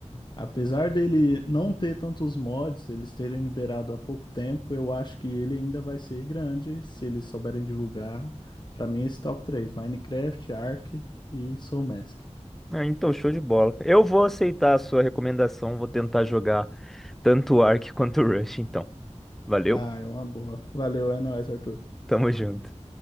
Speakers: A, on the left; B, in the centre.
A: Apesar dele não ter tantos mods, eles terem liberado há pouco tempo, eu acho que ele ainda vai ser grande se eles souberem divulgar. Pra mim, esse top 3 Minecraft, Ark e Soul Mask.
B: Ah, então, show de bola. Eu vou aceitar a sua recomendação, vou tentar jogar tanto o Ark quanto o Rush, então. Valeu,
A: Ah, é uma boa. Valeu, é nóis, Arthur.
B: tamo junto.